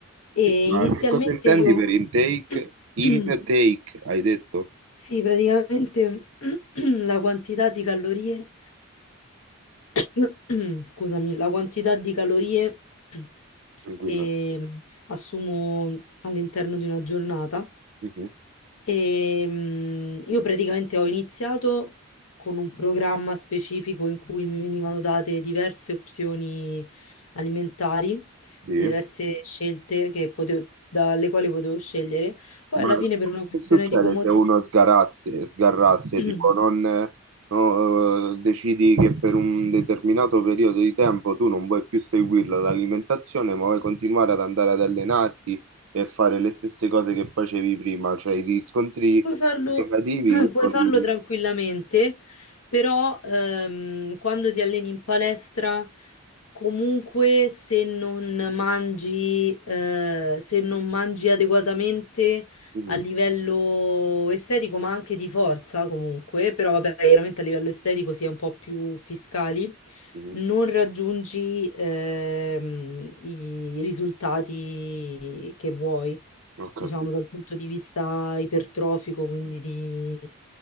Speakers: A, on the left; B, on the right.
A: E
B: Ma
A: inizialmente
B: che cosa intendi
A: io,
B: per intake?
A: <clears throat>
B: Intake, hai detto?
A: sì, praticamente <clears throat> la quantità di calorie. <clears throat> Scusami, la quantità di calorie <clears throat>
B: Tranquillo.
A: che mm, assumo all'interno di una giornata.
B: Mhm,
A: E, mm, io praticamente ho iniziato con un programma specifico in cui mi venivano date diverse opzioni alimentari,
B: Sì.
A: diverse scelte che potevo- dalle quali potevo scegliere. Poi
B: Ma
A: alla fine per una questione
B: che succede
A: di comodità.
B: se uno sgarasse, sgarrasse,
A: <clears throat>
B: tipo non, eh, no, eh, decidi che per un determinato periodo di tempo tu non vuoi più seguirla l'alimentazione, ma vuoi continuare ad andare ad allenarti e fare le stesse cose che facevi prima, cioè i riscontri
A: Puoi farlo,
B: negativi
A: <clears throat>
B: uno
A: puoi farlo
B: li...
A: tranquillamente, però ehm, quando ti alleni in palestra, comunque se non mangi, eh, se non mangi adeguatamente
B: Mhm,
A: a livello estetico, ma anche di forza comunque, però vabbè, chiaramente a livello estetico si è un po' più fiscali,
B: mhm,
A: non raggiungi ehm, i risultati che vuoi
B: Ho capito.
A: diciamo dal punto di vista ipertrofico, quindi di